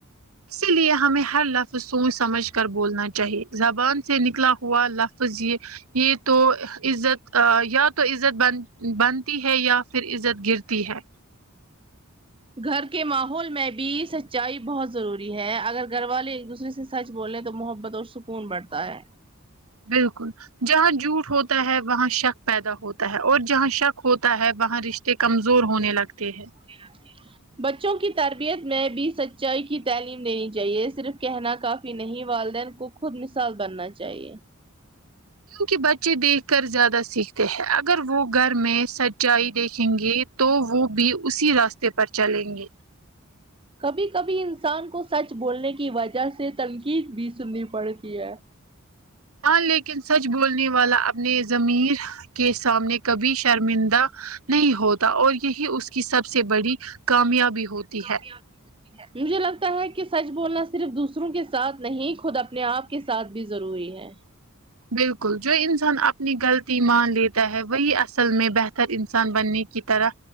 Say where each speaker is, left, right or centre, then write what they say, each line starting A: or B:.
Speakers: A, on the right (about 80°); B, on the right (about 25°).
A: اسی لیے ہمیں ہر ل فظ سوچ سمجھ کر بولنا چاہیے زبان سے نکلا ہوا لفظ یہ یہ تو عزت یا تو عزت بن بنتی ہے یا پھر عزت گرتی ہے
B: گھر کے ماحول میں بھی سچائی بہت ضروری ہے اگر گھر والے ایک دوسرے سے سچ بولیں تو محبت اور سکون بڑھتا ہے
A: بالکل جہاں جھوٹ ہوتا ہے وہاں ش شک پیدا ہوتا ہے اور جہاں شک ہوتا ہے وہاں رشتے کمزور ہونے لگتے ہیں
B: <unintelligible> بچوں کی تربیت میں بھی سچائی کی تعلیم دینی چاہیے صرف کہنا کا فی نہیں والدین کو خود مثال بننا چاہیے
A: کیونکہ بچے دیکھ کر زیادہ سیکھتے ہیں اگر وہ گھر میں سچائی دیکھیں گے تو وہ بھی اسی راستے پر چلیں گے
B: کبھی کبھی انسان کو سچ بولنے کی وجہ سے تنقید بھی سننی پڑتی ہے
A: ہاں لیکن سچ بولنے والا اپنے ضمیر کے سامنے کبھی شرمندہ نہیں ہوتا اور یہی اس کی سب سے بڑی کامیابی ہوتی ہے
B: کامیاب مجھے لگتا ہے کہ سچ بولنا صرف دوسروں کے ساتھ نہیں خود اپنے آپ کے ساتھ بھی ضروری ہے
A: بالکل جو انسان اپنی غلطی مان لیتا ہے وہی اصل میں بہہ تر انسان بننے کی طرح